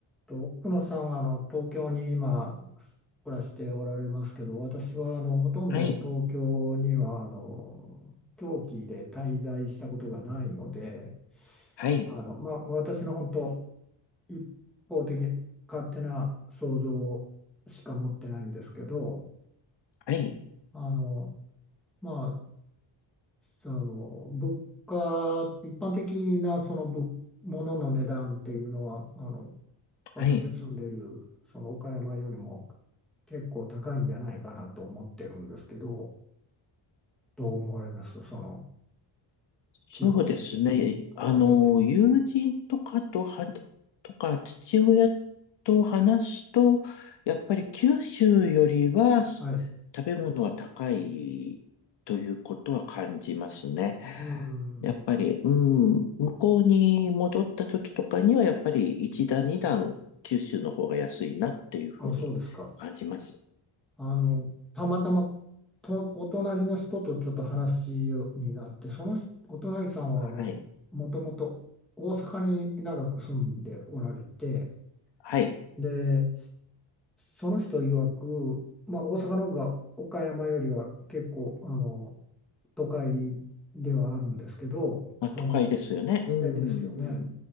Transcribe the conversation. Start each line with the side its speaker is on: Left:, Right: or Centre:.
Centre: と、奥野さんはあの東京に今暮らしておられますけど、私はあのほとんど東京にはあの
Left: はい、
Centre: 長期で滞在したことがないので、
Left: はい、
Centre: あの、まあ、私の本当一方的勝手な想像しか持ってないんですけど、
Left: はい、
Centre: あのまあその物価一般的なその物物の値段っていうのはあの私が住んでいるその岡山よりも
Left: はい。
Centre: 結構高いんじゃないかなと思ってるんですけど、どう思われますその
Left: そうですね。
Centre: 地方と比べて。
Left: あの、友人とかとは、とか、父親と話すと、やっぱり九州よりは食
Centre: はい。
Left: べ物は高いということは感じますね。
Centre: うん。
Left: やっぱり、うん、向こうに戻った時とかには、やっぱり一段二段九州の方が安いなっていうふうに感じます。
Centre: あ、そうですか。あの、たまたまとお隣の人とちょっと話になって、その人お隣さんはあの、
Left: はい、
Centre: もともと大阪に長く住んでおられて、
Left: はい。
Centre: で、その人曰く、まあ、大阪の方が岡山よりは結構あの都会ではあるんですけど、
Left: まあ、
Centre: その、
Left: 都会ですよね。う
Centre: えですよね。
Left: ん。